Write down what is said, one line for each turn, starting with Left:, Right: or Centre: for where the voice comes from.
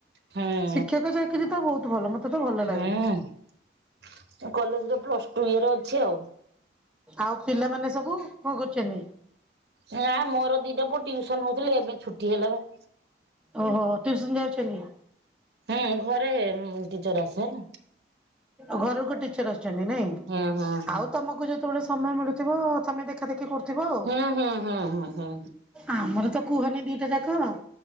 Right: ହୁଁ
Centre: ଶିକ୍ଷକ ଚାକିରି ତ ବହୁତ ଭଲ ମତେ। ତ ଭଲ
Right: ହୁଁ
Centre: ଲାଗେ।
Right: କଲେଜରେ ପ୍ଲସଟୁ ଇଏର ଅଛି ଆଉ।
Centre: ଆଉ ପିଲାମାନେ ସବୁ କ କରୁଛନ୍ତି?
Right: ନା ମୋର ଦିଟା ପୁଅ ଟିଉସନ ହଉଥିଲେ ଏବେ ଛୁଟି ହେଲା ବା।
Centre: ଓହୋ ତ୍ୟୁସନ ଯାଉଛନ୍ତି?
Right: ହୁଁ ଘରେ ଟିଚର ଆସେ ହେଲା।
Centre: ଘରକୁ ଟିଚର ଆସୁଛନ୍ତି ନାଇଁ
Right: ହୁଁ ହୁଁ ହୁଁ।
Centre: ଆଉ ତମକୁ ଯେତେବେଳେ ସମୟ ମିଳୁଥିବ ତମେ ଦେଖ ଦେଖା ଦେଖି କରୁଥିବ
Right: ହୁଁ ହୁଁ ହୁଁ ହୁଁ ହୁଁ
Centre: ଆଉ